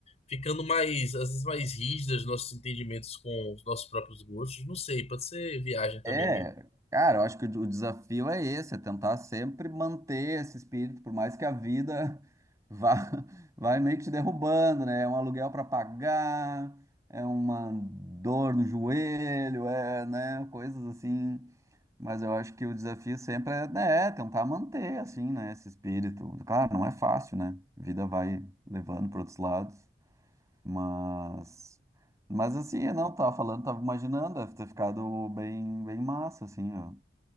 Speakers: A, on the left; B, on the right.
A: ficando mais, às vezes mais rígidas, nossos entendimentos com os nossos próprios gostos. Não sei, pode ser viagem também
B: É,
A: minha.
B: cara, eu acho que o desafio é esse, é tentar sempre manter esse espírito, por mais que a vida vá, <laughs> vai meio que te derrubando, né? É um aluguel para pagar, é uma dor no joelho, é, né? Coisas assim. Mas eu acho que o desafio sempre é, né, é tentar manter, assim, né, esse espírito. Claro, não é fácil, né? A vida vai levando para outros lados, mas, mas assim, eu não tava falando, tava imaginando, deve ter ficado bem, bem massa, assim, ó.